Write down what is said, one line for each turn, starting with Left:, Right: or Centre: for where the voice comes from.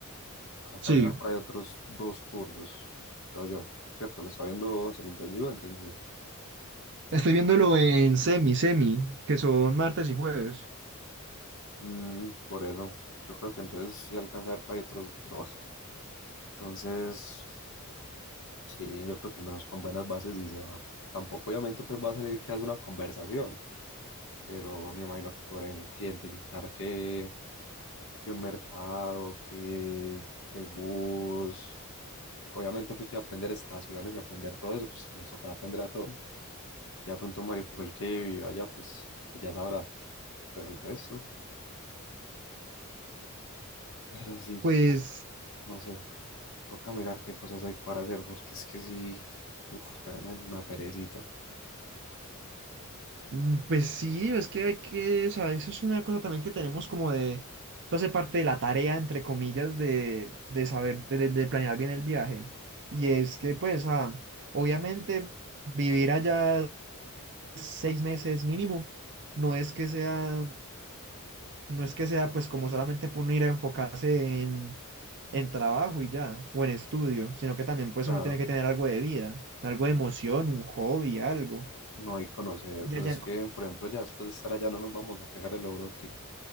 Left: Alcanzar
Right: Sí,
Left: por ahí otros dos cursos, creo yo. Cierto, lo está viendo semi-intensivo e intensivo.
Right: estoy viéndolo en semi, semi, que son martes y jueves.
Left: Mm, por eso, yo creo que entonces sí alcanzar por ahí otros dos. Entonces, sí, yo creo que al menos con buenas bases sí se va. Tampoco obviamente pues va a salir que hace una conversación, pero me imagino que podrá identificar que que un mercado, que, que el bus. Obviamente, pues ya aprender estaciones y aprender todo eso, pues nos tocará aprender a todos. Ya pronto Mario, que fue el que vivió allá, pues, pues ya sabrá, pero el resto, pero sí,
Right: Pues
Left: uf, no sé, toca mirar qué cosas hay para hacer, porque es que sí, uff, tenemos una perecita.
Right: Mm, Pues sí, es que hay que, o sea, eso es una cosa también que tenemos como de, eso hace parte de la tarea, entre comillas, de, de saber, de, de- de planear bien el viaje. Y es que, pues, ah, obviamente, vivir allá seis meses mínimo, no es que sea, no es que sea, pues, como solamente por uno ir a enfocarse en, en trabajo y ya, o en estudio, sino que también, pues,
Left: Claro,
Right: uno tiene que tener algo de vida, algo de emoción, un hobby, algo.
Left: no hay conocer,
Right: Ya,
Left: pues
Right: ya,
Left: es que, por ejemplo, ya después de estar allá no nos vamos a pegar el Eurotrip,